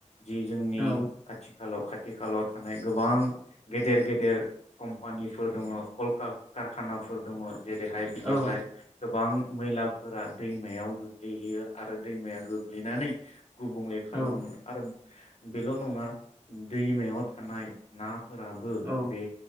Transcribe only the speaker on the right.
औ
औ
औ
औ